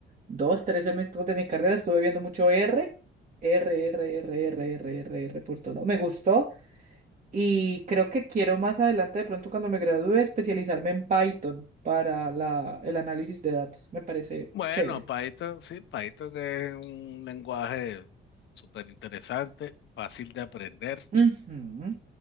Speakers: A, on the right (about 45°); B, on the left (about 70°).
A: dos, tres semestres de mi carrera estuve viendo mucho R, R, R, R, R, R, R, R por todo lado. Me gustó y creo que quiero más adelante, de pronto cuando me gradúe, especializarme en Python para la, el análisis de datos. Me parece
B: Bueno,
A: chévere.
B: Python, sí, Python es un lenguaje súper interesante, fácil de aprender,
A: Ujú.